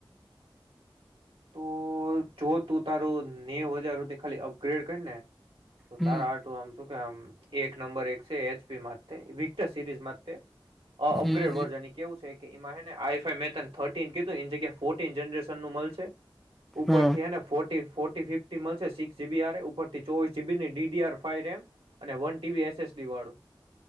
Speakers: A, on the right (about 80°); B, in the centre.
A: <inaudible> તો જો તું તારું નેવ હજારુંતે ખાલી અપગ્રેડ કરી ને તો
B: હમ
A: તારા આટું આમ શું કે આમ એક નંબર એક છે એચપીમાં વિક્ટર સિરીઝ અપગ્રેડ
B: હમ
A: વર્ઝન એ કેવ છે કે એમાંને આઈફાઈ મેન થર્ટીન કીધું એની જગ્યા ફોર્ટીન જનરેશન ું મળશે ઉપરથીને
B: હમ
A: ફો ફોર્ ફિફ મળશે સિક્સ જીબી ઉપર થી ચોવીસ જીબીની ડીડીઆર ફ રમ અને વન ટીબી એસસડી વાળું